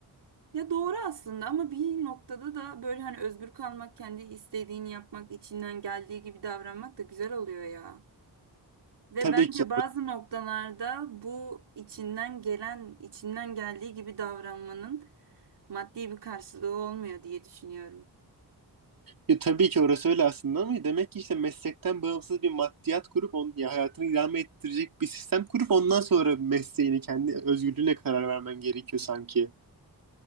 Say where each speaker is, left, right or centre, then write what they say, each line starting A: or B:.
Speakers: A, on the right; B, on the right.
A: Ya doğru aslında ama bir noktada da böyle hani özgür kalmak, kendi istediğini yapmak, içinden geldiği gibi davranmak da güzel oluyor ya. Ve
B: Tabii
A: bence
B: ki
A: bazı noktalarda bu içinden gelen, içinden geldiği gibi davranmanın maddi bir karşılığı olmuyor diye düşünüyorum.
B: Ya tabii ki orası öyle aslında ama demek ki işte meslekten bağımsız bir maddiyat kurup onun ya hayatını idame ettirecek bir sistem kurup ondan sonra mesleğini kendi özgürlüğüne karar vermen gerekiyor sanki.